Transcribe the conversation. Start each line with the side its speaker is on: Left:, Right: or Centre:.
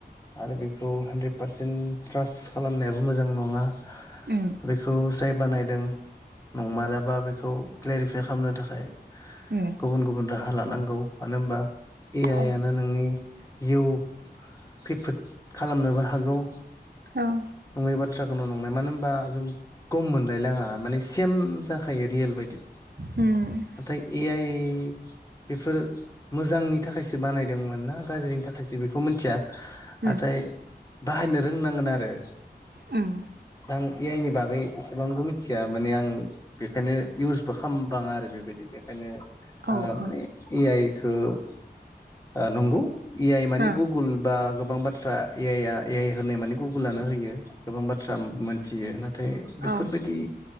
Left: आरो बेखौ हानद्रेद पारसेन्ट ट्रास खालामनायाबो मोजां नङा।
Right: उम
Left: बेखौ जाय बानायदों नंमाराबा बेखौ क्लेरिफाइ खालामनो थाखाय
Right: उम
Left: गुबुन गुबुन राहा लानांगौ मानो होनबा ए
Right: औ
Left: आइ आ नि जिउ खैफोद खालामनोबो हागौ।
Right: औ।
Left: नङै बाथ्राखौनो नंनाय मानो होनबा जों गम मोनलायलाङा माने सेम जाखायो रियेल बायदि
Right: उम
Left: नाथाय ए आइ बेफोर मोजांनि थाखायसो बानायदोंमोन ना गाज्रिनि थाखायसो बेखौ मिनथिया।
Right: उम
Left: नाथाय बाहायनो रोंनांगोन आरो।
Right: उम।
Left: आं ए आइनि बागै एसेबांबो मिथिया माने आं बेखायनो इउसबो खामबाङा आरो। बेबायदि बेखायनो
Right: औ
Left: आङो माने
Right: औ
Left: ए आइखौ ओ नंगौ ए आइ मानि
Right: ओ
Left: गुगोल बा गोबां बाथ्रा ए आइ आ ए आइ होनाय माने गुगोलानो होयो। गोबां बाथ्रा मोनथियो नाथाय बेफोरबायदि
Right: ओ औ